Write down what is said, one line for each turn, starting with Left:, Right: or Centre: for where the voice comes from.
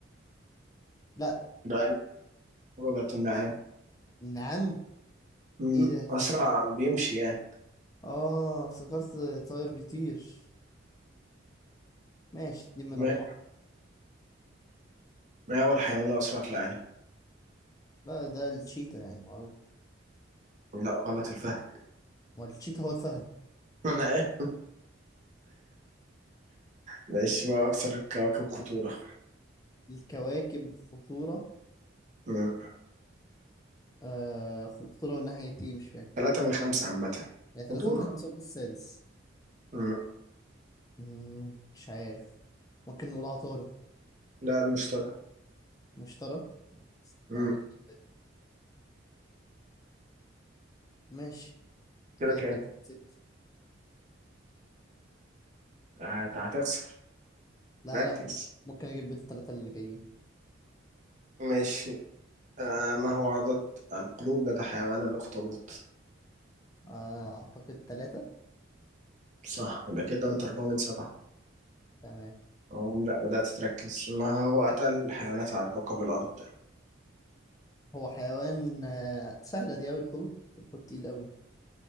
Left: لا
Right: ده غلط النعام
Left: نعم
Right: أمم،
Left: إيه ده
Right: أسرع بيمشي يعني
Left: آه افتكرت طائر بيطير ماشي اتنين من
Right: أمم.
Left: أربعة
Right: ما هو الحيوان الأسرع في العالم؟
Left: لا ده الشيتا يعني معروف
Right: لا غلط الفهم
Left: ما الشيتا هو الفهد
Right: <laughs> أنا إيه؟ ماشي ما هو أكثر الكواكب خطورة
Left: الكواكب خطورة
Right: مم.
Left: آه خطورة من ناحية إيه مش فاهم
Right: ثلاثة من خمسة عامة
Left: يعني تلاتة
Right: خطورة
Left: من خمسة وده السادس
Right: مم.
Left: مم، مش عارف ممكن نقول عطارد
Right: لا المشتري
Left: مشترى معلومة
Right: مم.
Left: جديدة دي. ماشي
Right: كده
Left: كده
Right: كام؟
Left: تلاتة
Right: آه، أنت هتخسر
Left: لا
Right: ركز
Left: لا ممكن اجيب بيت الثلاثة اللي جايين
Right: ماشي آه ما هو عدد القلوب لدى حيوان الأخطبوط؟
Left: آه، اعتقد ثلاثة
Right: صح يبقى كده أنت أربعة من سبعة
Left: تمام
Right: أو لا بدأت تركز ما هو أتقل الحيوانات على كوكب الأرض؟
Left: هو حيوان آه، سهلة دي اوي الحوت الحوت تقيل اوي